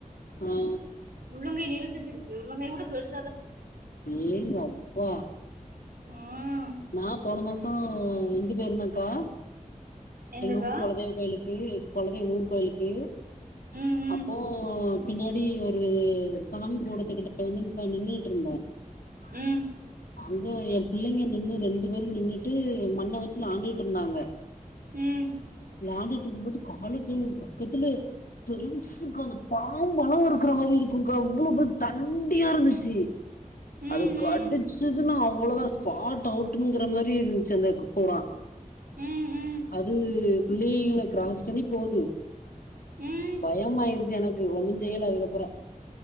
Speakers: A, on the left; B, on the right.
A: ஆ
B: உள்ளங்கை நீளத்துக்கு இருக்கு உள்ளங்கை விட பெருசு
A: ஏங்கப்பா
B: ஆ
A: நா போன மாசோ இங்கு போய்ருந்தங்க்கா
B: எங்கக்கா
A: எங்க ஊர் கொலதெய்வ கோயிலுக்கு கொலதெய்வ ஊர் கோயிலுக்கு
B: ம் ம்
A: அப்போ பின்னாடி இது சாமி போட்டத்துக்கிட்ட வந்துங்க்கா நின்னுட்ருந்த
B: ம்
A: அங்க எ பிள்ளைங்க நின்னு ரெண்டு பேரு நின்னுட்டு மண்ண வச்சு விளாண்டுட்ருந்தாங்க
B: ம்
A: விளாண்டுட்ருக்கும் போது காலுக்கு பக்கத்துல பெருசுக்கா அந்த பாம்பளவு இருக்குற மாரி இருக்குங்க்கா அவ்ளோ பெருசு தண்டியா இருந்துச்சு
B: ம்
A: அதுக்
B: ம்
A: கடுச் ச்சுசுனா அவ்வளோதா ஸ்பாட் அவுட்ங்கிற மாரி இருந்ன்ச்சு அந்த க பூரா
B: ம்
A: அது பிள்ளைங்கள கிராஸ் பண்ணி போது
B: ம் ம்
A: பயமாயிருச்சு எனக்கு ஒன்னு செய்யல அதுக்கப்பற